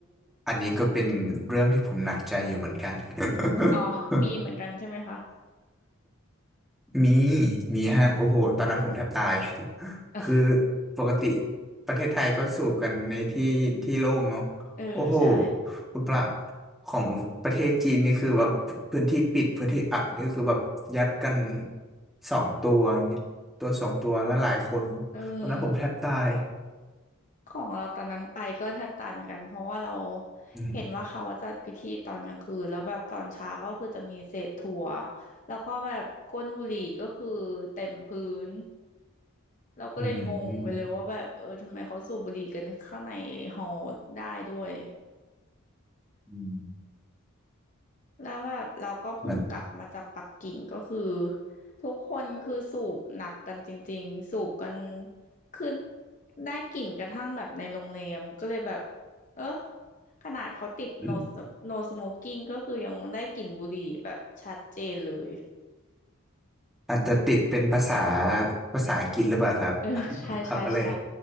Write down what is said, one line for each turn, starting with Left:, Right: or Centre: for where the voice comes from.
Centre: อันนี้ก็เป็นเรื่องที่ผมหนักใจอยู่เหมือนกัน <laughs>
Left: อ๋อมีเหมือนกันใช่ไหมคะ
Centre: มีมีฮะโอ้โหตอนนั้นผมแทบตาย <laughs>
Left: <laughs>
Centre: คือปกติประเทศไทยก็สูบกันในที่ที่โล่งเนาะโอ้โห
Left: เออใช่
Centre: คุณพระของประเทศจีนนี่คือแบบพื้นที่ปิดพื้นที่อับนี่ก็คือแบบยัดกันสองตัวอย่างเงี้ยตัวสองตัวแล้วหลายคน
Left: เออ
Centre: ตอนนั้นผมแทบตาย
Left: ของเราตอนนั้นไปก็แทบตายเหมือนกันเพราะว่าเรา
Centre: อืม
Left: เห็นว่าเขาจัดพิธีตอนกลางคืนแล้วแบบตอนเช้าก็คือจะมีเศษถั่วแล้วก็แบบก้นบุหรี่ก็คือเต็มพื้น เราก็เลยงงไปเลยว่าแบบเออทำไมเขาสูบบุหรี่กันข้างในฮอ
Centre: อืม
Left: ได้ด้วย
Centre: อืม
Left: แล้วแบบเราก็เพิ่งกลับมาจากปักกิ่งก็คือ
Centre: เหมือน
Left: ทุกคนคือสูบหนักกันจริงๆสูบกันคือได้กลิ่นกระทั่งแบบในโรงแรมก็เลยแบบเออขนาดเขาติด
Centre: อม
Left: no no smoking ก็คือยังได้กลิ่นบุหรี่แบบชัดเจนเลย
Centre: อาจจะติดเป็นภาษาภาษาอังกฤษหรือเปล่าครับ
Left: เออใช่ใช่ใช่
Centre: เขาก็เลย